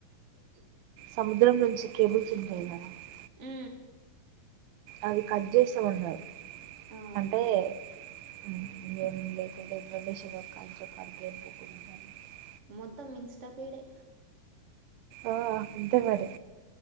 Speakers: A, on the right; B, on the right.
A: ఓే
B: సముద్రం నుంచి <unintelligible>
A: హ్
B: అది కట్ చేస్తా మాన్నారు.
A: అవును
B: అంటే <unintelligible>
A: మొత్తం ఇన్స్టాఫీడే
B: ఆ అంతే మరి